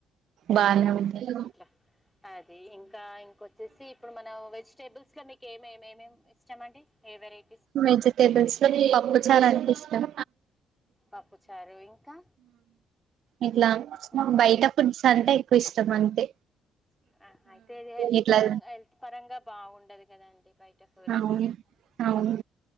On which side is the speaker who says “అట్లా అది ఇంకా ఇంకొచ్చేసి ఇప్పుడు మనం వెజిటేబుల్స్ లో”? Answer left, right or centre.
Centre